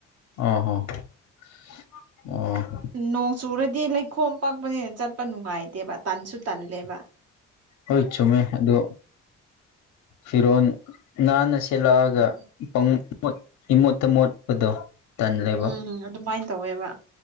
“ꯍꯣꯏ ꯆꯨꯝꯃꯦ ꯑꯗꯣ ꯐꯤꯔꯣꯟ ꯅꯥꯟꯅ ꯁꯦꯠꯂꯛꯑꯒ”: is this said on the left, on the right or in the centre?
Left